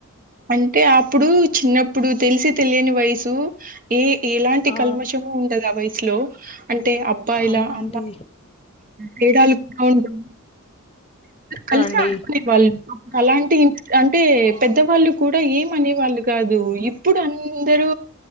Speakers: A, on the right; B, on the left.
A: అంటే అప్పుడు చిన్నప్పుడు తెలిసి తెలియని వయసు ఏ ఎలాంటి
B: ఆ
A: కల్మషం ఉంటదా వైస్లో అంటే అబ్బాయిలా
B: అవునండి
A: అమ్మా తేడాలు కూడా అంటే అందరు
B: అవునండి
A: కలిసి ఆడుకునే వాళ్ళు అలాంటి అంటే పెద్దవాళ్ళు కూడా ఏమనేవాళ్ళు కాదు ఇప్పుడు అందరూ